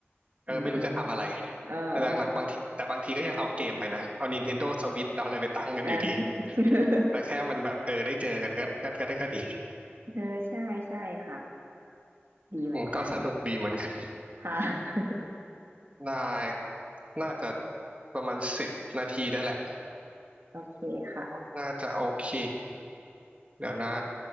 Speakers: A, on the right; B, on the right.
A: เออไม่รู้จะทำอะไร
B: อืมอืมเออเออ
A: แต่หลักๆบางทีแต่บางทีก็ยังเอาเกมไปนะเอา Nintendo Switch เอาอะไรไปตั้งกันอยู่ดี
B: เออ <laughs>
A: แต่แค่มันแบบเออได้เจอกันก็ก็ก็ได้ก็ดี
B: เออใช่ใช่ค่ะดีเหมือนกัน
A: อืมก็สนุกดีเหมือนกัน
B: ค่ะ
A: ได้ครับน่าจะประมาณสิบนาทีได้แหละ
B: โอเคค่ะ
A: น่าจะโอเคเดี๋ยวนะ